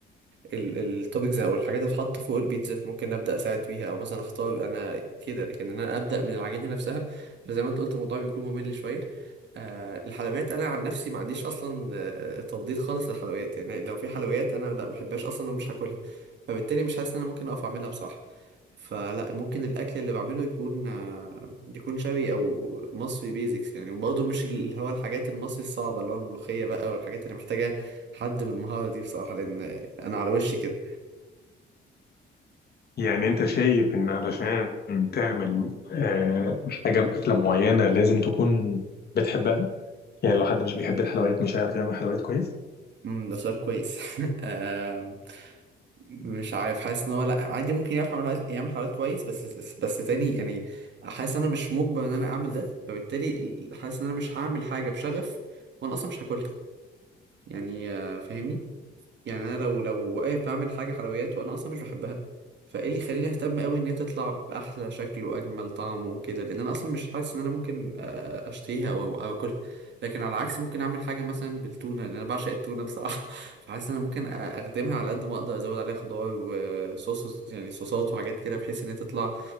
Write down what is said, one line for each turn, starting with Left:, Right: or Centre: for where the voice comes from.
Right: التوبكس او الحاجات اللي بتتحط فوق البيتزا ممكن ابدا اساعد فيها او مثلا اختار انا كده لكن إن انا ابدا من العجينه نفسها فزي ما انت قلت الموضوع بيكون ممل شويه آه الحلويات انا عن نفسي ما عنديش اصلا آه تفضيل خالص للحلويات يعني لو في حلويات انا لا ما بحبهاش اصلا ومش هاكلها فبالتالي مش حاسس ان انا ممكن اقف اعملها بصراحه فلا ممكن الاكل اللي بعمله يكون آه يكون شبي او مصري بيزكس يعني وبرضه مش اللي هو الحاجات المصري الصعبه اللي هو الملوخيه بقى والحاجات اللي محتاجه حد بالمهاره دي بصراحه لان انا على وشي كده
Left: يعني انت شايف ان علشان تعمل آه، حاجه اكله معينه لازم تكون بتحبها يعني لو حد مش بيحب الحلويات مش هيعرف يعمل حلويات كويس
Right: امم ده سؤال كويس <laughs> آم، مش عارف حاسس ان هو لا عادي ممكن يعرف يعمل حاجات يعمل حاجات كويس بس بس تاني يعني حاسس ان انا مش مجبر ان انا اعمل ده فبالتالي حاسس ان انا مش هعمل حاجه بشغف وانا اصلا مش هاكلها يعني آه، فاهمني يعني انا لو لو واقف بعمل حاجه حلويات وانا اصلا مش بحبها فايه اللي يخليني اهتم قوي ان هي تطلع باحلى شكل واجمل طعم وكده لان انا اصلا مش حاسس ان انا ممكن آه، اشتهيها او او اكلها لكن على العكس ممكن اعمل حاجه مثلا بالتونه لان انا بعشق التونه بصراحه <laughs> فحاسس ان انا ممكن أ- اخدمها على قد ما اقدر ازود عليها خضار وصوص يعني صوصات وحاجات كده بحيث ان هي تطلع